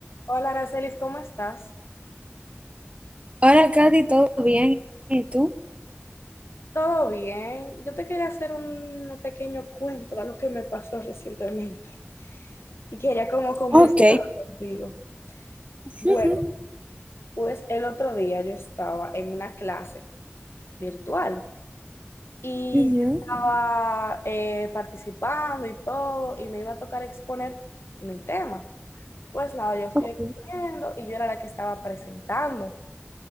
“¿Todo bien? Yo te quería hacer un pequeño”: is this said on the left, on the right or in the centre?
Left